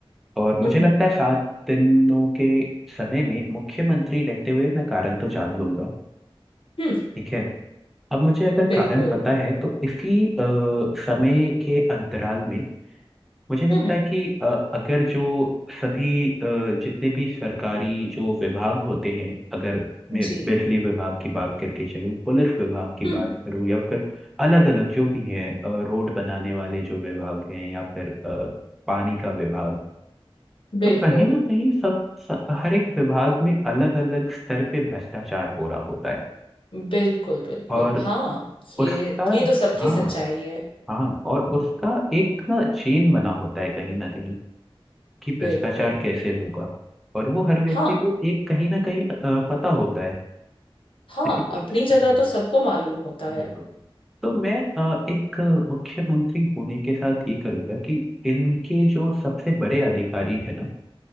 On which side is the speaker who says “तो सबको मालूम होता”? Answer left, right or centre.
Left